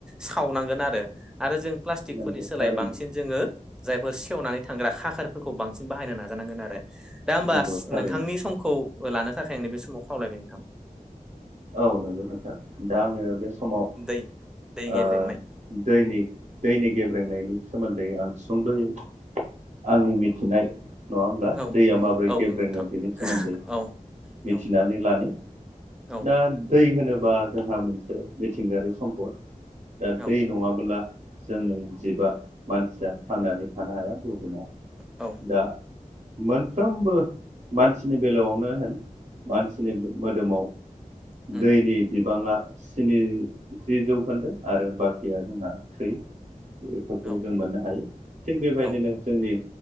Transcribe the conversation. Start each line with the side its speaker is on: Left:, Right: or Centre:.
Centre: सावनांगोन आरो आरो जों प्लास्टिकफोरनि
Right: नंगौ
Centre: सोलायै
Right: थारैनो
Centre: बांसिन जोङो जायफोर सेवनानै थांग्रा खाखारफोरखौ बांसिन बाहायनो नाजानांगोन आरो। दा होमबा
Right: नंगौ थारैनो
Centre: नोंथांनि समखौ लानो थाखाय आं नैब समाव खावलायबाय नोंथां।
Right: औ नंगौ नोंथा दा आङो बे समाव
Centre: दै दै
Right: ओ
Centre: गेब्रेंनाय
Right: दैनि दैनि गेब्रेंनायनि सोमोन्दै आं सुंद'यो आंनि मिथिनाय नङा होमब्ला
Centre: औ
Right: दैया माबोरै
Centre: औ
Right: गेब्रेङो
Centre: नंगौ नोंथां
Right: बेनि सोमोन्दै
Centre: औ
Right: मिथिनानै
Centre: औ
Right: लानो
Centre: औ
Right: दा दै होनोबा जोंहा मोनसे मिथिंगायारि सम्पद दा
Centre: औ
Right: दै नङाबो्ला जोंङो जिबा मानसिया थांनानै थानो हाया बुहुमा
Centre: औ
Right: दा मोनफ्रोमबो मानसिनि बेलायावनो होन मानसिनि मोदोमाव
Centre: औ
Right: दैनि बिबाङा स्निजि जौखोन्दो आरो बाखिया जोंहा थै बेफोरखौ
Centre: औ
Right: जों मोननो हायो थिग बेबायदिनो
Centre: औ
Right: जोंनि